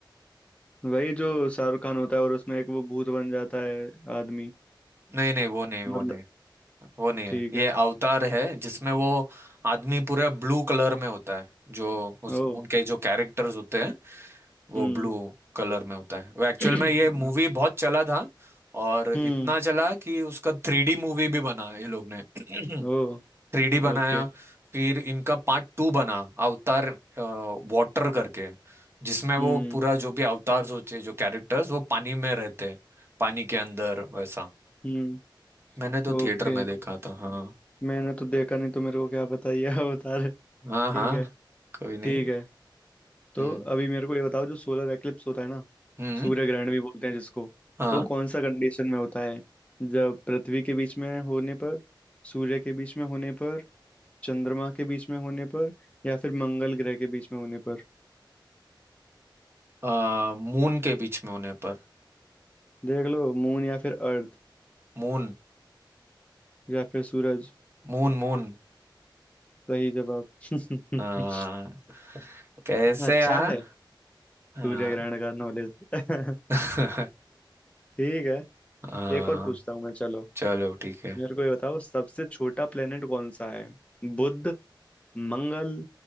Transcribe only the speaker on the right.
नहीं नहीं वो नहीं वो
नहीं वो नहीं
है ये
अवतार है जिसमें वो आदमी पूरा ब्लू कलर में होता है जो उस
उनके जो कैरेक्टर्स होते हैं वो
ब्लू कलर में होता है वो एक्चुअल
में ये मूवी बहुत चला था और इतना
चला कि उसका थ्री डी मूवी भी बना ये लोग ने <clears throat>
थ्री डी बनाया
फिर इनका पार्ट टू बना अवतार वाटर करके जिसमें वो
पूरा जो भी अवतार्स होते हैं, जो कैरेक्टर्स वो पानी में रहते हैं पानी के अंदर वैसा
मैंने तो
थिएटर में देखा था हाँ
हाँ
हाँ
कोई नहीं
हम्म
हम्म
हाँ
आ, मून के बीच में होने पर
मून
Moon moon
हाँ कैसे
हाँ
हाँ
<laughs>
आ,
चलो ठीक है